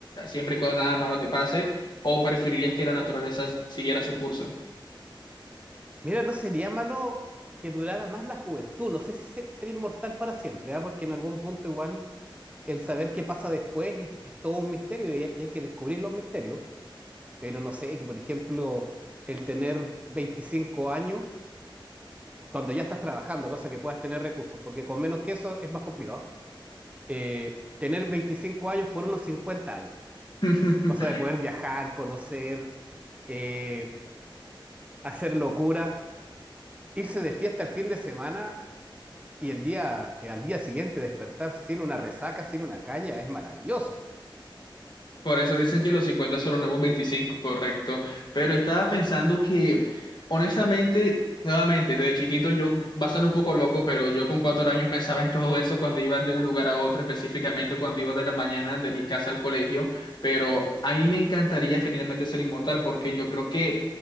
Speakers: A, on the left; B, on the right.
A: siempre y cuando nada malo te pase, o preferirías que la naturaleza siguiera su curso?
B: Mira, no sería malo que durara más la juventud. No sé si se- ser inmortal para siempre, ¿ah? Porque en algún punto igual el saber qué pasa después es, es todo un misterio y hay, y hay que descubrir los misterios. Pero no sé, que por ejemplo, el tener 25 años cuando ya estás trabajando, cosa que puedas tener recursos, porque con menos que eso es más complicado. Eh, tener 25 años por unos 50 años,
A: <laughs>
B: cosa de poder viajar, conocer, eh, hacer locuras, irse de fiesta el fin de semana y el día, eh, al día siguiente despertar sin una resaca, sin una caña, es maravilloso.
A: Por eso dicen que los 50 son los nuevos 25, correcto. Pero estaba pensando que, honestamente, nuevamente, desde chiquito yo, va a sonar un poco loco, pero yo con cuatro años pensaba en todo eso cuando iba de un lugar a otro, específicamente cuando iba de la mañana de mi casa al colegio. Pero a mí me encantaría genuinamente ser inmortal porque yo creo que